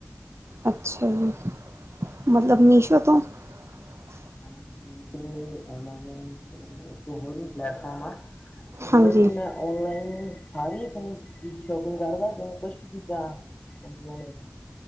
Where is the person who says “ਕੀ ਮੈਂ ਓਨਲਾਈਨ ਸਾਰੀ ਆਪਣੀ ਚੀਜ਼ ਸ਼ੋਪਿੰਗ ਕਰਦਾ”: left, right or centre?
Left